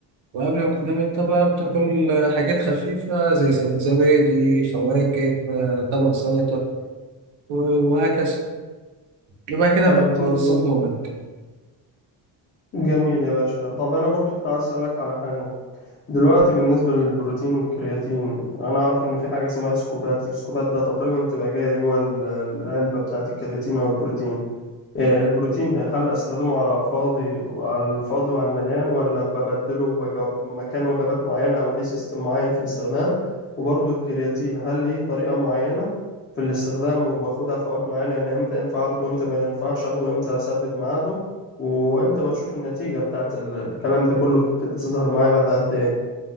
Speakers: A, on the right (about 75°); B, on the left (about 25°).
A: وقبل ما تنام أنت بقى بتاكل آه، حاجات خفيفة زي سل- زبادي فواكه آه، طبق سلطة و- وهكذا يبقى كده
B: طيب
A: بتنظم
B: برضه
A: نومك
B: جميل يا باشا طب انا برضو كنت عايز اسالك على حاجه دلوقتي بالنسبه للبروتين والكرياتين انا اعرف ان في حاجه اسمها سكوبات السكوبات ده تقريبا بتبقى جايه جوه ال- العلبه بتاعه الكرياتين او البروتين آه، البروتين آه، هل استخدمه على فاضي وعلى الفاضي وعلى المليان ولا ببدله بجو... مكان وجبات معينة او ليه سيستم معين في الاستخدام وبرضه الكرياتين هل ليه طريقة معينة في الاستخدام وباخدها في اوقات معينة يعني امتى ينفع اخده امتى ما ينفعش اخده امتى اثبت ميعاده وامتى بشوف النتيجة بتاعت ال- الكلام ده كله بتبتدي تظهر معايا بعد قد ايه